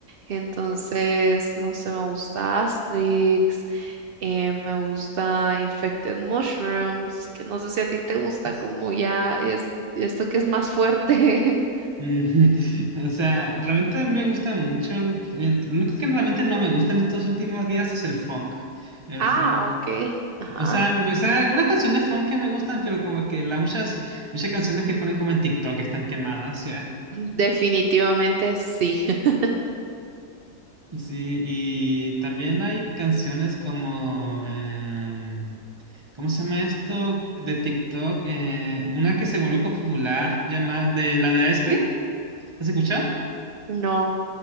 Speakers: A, on the right (about 80°); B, on the right (about 25°).
A: Entonces, no sé, me gusta Asterix, eh, me gusta Infected Mushrooms, que no sé si a ti te gusta
B: es-
A: como ya es esto que es más fuerte. <laughs>
B: mm, <laughs> o sea, realmente a mí me gusta mucho... el- el- lo único que realmente no me gusta en estos últimos días es el funk. El
A: Ah,
B: funk.
A: ok. Ajá.
B: O sea, me- o sea, algunas canciones funk que me gustan, pero como que las muchas, muchas canciones que ponen como en TikTok están quemadas, ya.
A: Definitivamente sí. <laughs>
B: Sí, y también hay canciones como... em, ¿Cómo se llama esto de TikTok? Eh, una que se volvió como popular, llamada de la de Ice Cream. ¿Has escuchado?
A: No,